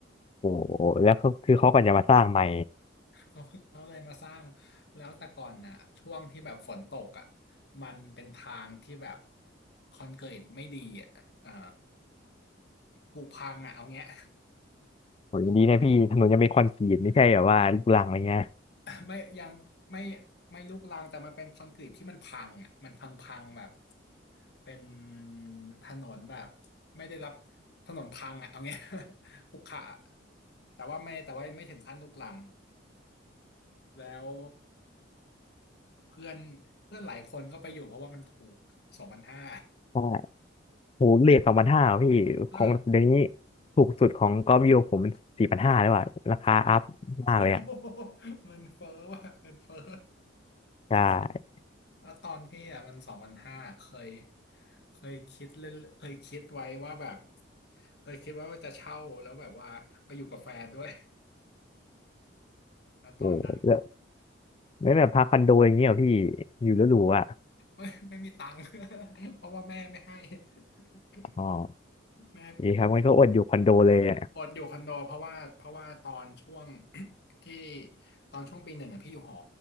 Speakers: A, on the left; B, on the left.
A: โอ้โหแล้วก็คือเขาก็จะมาสร้างใหม่
B: เขาเขาเลยมาสร้างแล้วแต่ก่อนน่ะช่วงที่แบบฝนตกอ่ะมันเป็นทางที่แบบคอนกรีตไม่ดีอ่ะอ่าผุพังอ่ะเอาเงี้ย
A: โหยังดีนะพี่ถนนยังเป็นคอนกรีตไม่ใช่แบบว่าลูกรังอะไรเงี้ย
B: ไม่ยังไม่ไม่ลุกรังแต่มันเป็นคอนกรีตที่มันพังอ่ะมันพังพังแบบเป็นถนนแบบไม่ได้รับถนนพังอ่ะเอาเงี้ย <laughs> ขรุขระแต่ว่าไม่แต่ว่าไม่ถึงขั้นลุกรังแล้วเพื่อนเพื่อนหลายคนก็ไปอยู่เพราะว่ามันถูกสองพันห้า
A: ใช่โหเรทสองพันห้าพี่ของเดี๋ยวนี้
B: <laughs> เออ
A: ถูกสุดของกอล์ฟวิวผมมันสี่พันห้าแล้วอะราคาอัพมากเลยอะ
B: <laughs> มันเฟ้อว่ะเงินเฟ้อ
A: ใช่
B: ว่าตอนพี่อ่ะมันสองพันห้าเคยเคยคิดเล่นเคยคิดไว้ว่าแบบเคยคิดว่าจะเช่าแล้วแบบว่าไปอยู่กับแฟนด้วย <laughs> แล้วตอนนั้น
A: โอ้แล้วไม่แบบพักคอนโดอย่างเงี้ยเหรอพี่อยู่แล้วหรูอะ
B: <laughs> ไม่ไม่มีตังค์ <laughs> เพราะว่าแม่ไม่ให้ <laughs>
A: อ๋อ
B: แม่
A: ดีครับงั้นก็อดอยู่คอนโดเลยอะ
B: กดอยู่คอนโดเพราะว่าเพราะว่าตอนช่วง <coughs> ที่ตอนช่วงปีหนึ่งอ่ะพี่อยู่หอ